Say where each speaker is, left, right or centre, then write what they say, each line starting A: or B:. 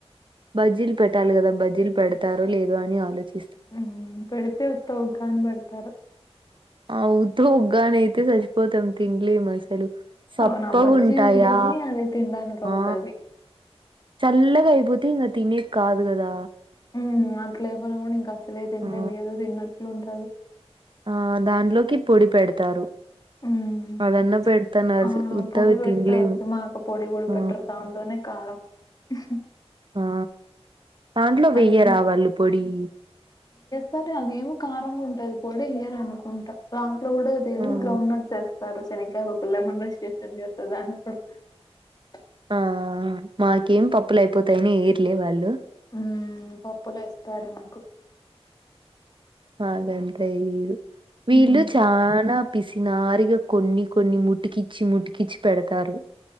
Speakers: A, on the right (about 50°); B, on the left (about 35°).
A: బజ్జీల్ పెట్టాలి కదా బజ్జీల్ పెడతారో లేదో అని ఆలోచి
B: ఉ పెడితే ఉత్త ఉగ్గాని పెడతారు
A: ఆ ఉత్త ఉగ్గాని అయితే సచిపోతాం తినలేమసలు సప్పగుంటాయా
B: అవునా బజ్జీ ఉంటేనే అది తినడానికి అవుతది.
A: ఆ చల్లగా అయిపోతే ఇంగా తినే కాదు కదా
B: ఉ అట్లేయిపోయినా కూడా ఇంకా అసలే తినలేము
A: ఆ
B: ఏదో తిన్నట్లు ఉంటాది
A: ఆ దానిలోకి పొడి పెడతారు
B: ఉమ్
A: అదన్నా పెడతన్నారు
B: ఆ
A: స్ ఉత్తవి
B: పొడి పెడుతే
A: తినలేము
B: మాకు పొడి పొడి
A: ఆ
B: పెట్టరు దాంతోనే కారం ఉహు
A: ఆ దాంట్లో
B: అది
A: వెయ్యరా వాళ్ళు పొడి
B: సరే అదేమో కారంగా ఉంటది పొడి ఇయ్యరు అనుకుంటా దాంట్లో కూడా అదేంది
A: అవును.
B: గ్రౌండ్ నట్స్ తరు శనిక్కాయ ముక్కలు <unintelligible>
A: ఆ మాకేం పప్పులు అయిపోతాయని ఈర్లే వాళ్ళు
B: ఉమ్ పప్పులు ఇస్తారు మాకు
A: అదంతే ఇగ వీళ్లు
B: హ్మ్
A: చానా పిసినారిగా కొన్ని కొన్ని ముటికిచ్చి ముటికిచ్చి పెడతారు